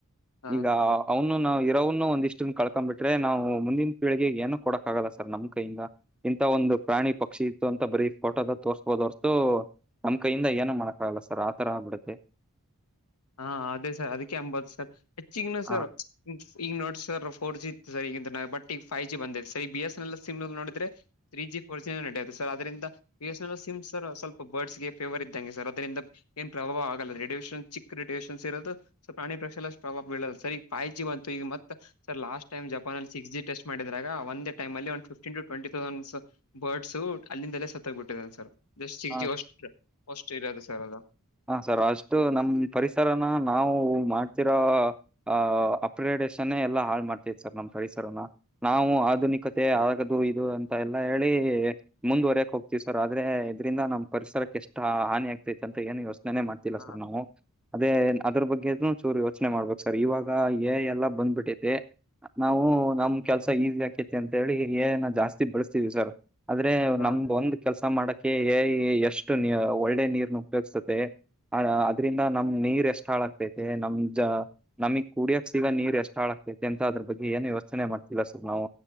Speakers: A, on the left (about 80°); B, in the centre.
A: ಹಾ
B: ಈಗ ಅವ್ನು ನಾವವು ಇರವ್ನು ಒಂದಿಷ್ಟನ್ ಕಳಕೊಂಡು ಬಿಟ್ರೆ ನಾವು ಮುಂದಿನ ಪೀಳಿಗೆಗೆ ಏನು ಕೊಡಕ್ ಆಗಲ್ಲ ಸ ನಮ್ ಕೈಯಿಂದ. ಇಂತ ಒಂದು ಪ್ರಾಣಿ ಪಕ್ಷಿ ಇತ್ತು ಅಂತ ಬರೀ ಫೋಟೋದ ತೋರ್ಸ್ಬೋದುರ್ತು ನಮ್ಮ್ ಕೈಯಿಂದ ಏನ ಮಾಡೋಕ ಆಗಲ್ಲ ಸರ್ ಆ ತರ ಬಿಡುತ್ತೆ.
A: ಹಾ ಅದೇ ಸರ್ ಅದಕ್ಕೆ ಎಂಬತ್ ಸರ್ ಹೆಚ್ಚಿಗನು ಸರ್.
B: ಹಾ.
A: ಈಗ ನೋಡ್ ಸರ್ ಫೋರ್ ಜಿ ಇತ್ತು ಸರ್ ಈಗಿಂತ ಬಟ್ ಈಗ ಫೈವ್ ಜಿ ಬಂದೇ ಸರ್ ಈ B S N L sim ನೋಡುದ್ರೆ. ತ್ರೀ ಜಿ ಫೋರ್ ಜಿನ ನಡೆಯತು ಸರ್ ಅ್ರಂದ B S N L sim sir ಸ್ವಲ್ಪ ಬರ್ಡ್ಸ್ಗೆ ಫೇವರ್ ಇದ್ದಂಗೆ ಸರ್ ಅದರಿಂದ ಏನ್ ಪ್ರಭಾವ ಆಗಲ್ಲ ರೇಡೇಷನ್ ಚಿಕ್ ಕ್ರಿಟೇಷನ್ಸ್ ಇರೋದು ಸೊ ಪ್ರಾಣಿ ಪ್ರೇಕ್ಷೆ ಪ್ರಭಾವ ಬೀೋದು ಸರ್ ಈಗ ಫ್ ಜಿ ಬಂತು ಈಗ ಮತ್ತೆ ಸರ್ ಲಾಸ್ ಟೈಮ ಜಪನ್ಲ್ಲಿ ಸಿಕ್ಸ್ ಜಿ ಟೆಸ್ ಮಾಡಿದಾಗ ಆಂದ ಟೈಮ ಅ ಒ ಫ್ಟೀನ್ ಟ ಟ್ವೆಂಟಿ ತೌಸ ಬರ್ಡ್ಸ್ ಅಲ್ಲಿಂದಲ್ಲೇ ಸತ್ತ ಬಿಟ್ಟಿದಾನೆ ಸರ್ ಸಿಗಿ
B: ಆ
A: ಹಸ್ಟ್ರ ಇ ಅದು ಸರ್ ಅದು
B: ಹ ಸರ್ ಅಷ್ಟು ನಮ್ ಪರಿಸರನ ನಾವು ಮಾಡ್ತಿರೋ ಆ ಅಪ್ಗ್ರೇಡೇಶನ್ ಎಲ್ಲಾ ಹಾಳ್ ಮಾಡ್ತೇ ಸರ್ ನಮ್ಮ್ ಪರಿಸರನ ನಾವು ಆಧುನಿಕತೆ ಆಗದು ಇದು ಅಂತ ಎಲ್ಲಾ ಹೇಳಿ ಮುಂದುವರೆಕ್ ಹೋಗ್ತಿವಿ ಸರ್ ಆದ್ರೆ ಇದ್ರಿಂದ ನಮ್ ಪರಿಸರಕ್ಕೆ ಎಷ್ಟ ಹಾನಿ ಆಗ್ತೈತ್ಂತ ಏನು ಯೋಚನೆನೆ ಮಾಡ್ತಿಲ್ಲ
A: ಹಾ
B: ಸರ್ ನಾವು ಅದೇ ಅದ್ರ ಬಗ್ಗೆನು ಚೂರು ಯೋಚನೆ ಮಾಡ್ಬೇಕಕ್ ಸರ್ ಇವಾಗ ಏ ಎಲ್ಲಾ ಬಂದ್ಬಿಟ್ಟೈತಿ ನಾವು ನಮ್ ಕೆಲ್ಸ ಈಸಿ ಆಕೇತಿ ಅಂತೇಳಿ ಏನ ಜಾಸ್ತಿ ಬಳಸ್ತೀವಿ ಸರ್ ಆದ್ರೆ
A: ಹಾ
B: ನಮ್ದ ಒಂದ್ ಕೆಲ್ಸ ಮಾಡಕ ಎ ಐ ಎಷ್ಟು ಒಳ್ಳೆ ನೀರ್ನು <unintelligible> ಅ ಅದ್ರಿಂದ ನಮ್ ನೀರ್ ಎಷ್ಟ ಹಾಳಾಗ್ತೈತೆ ನಮ್ ಜ ನಮಿಗ್ ಕುಡಿಯಕ್ ಸಿಗಾ ನೀರ್ ಎಷ್ಟ ಹಾಳಾಗಗ್ತೈತಿ ಅಂತ ಅದ್ರ ಬಗ್ಗೆ ಏನ್ ಯೋಚನೆ ಮಾಡ್ತಿಲ್ಲಾ ಸರ್ ನಾವು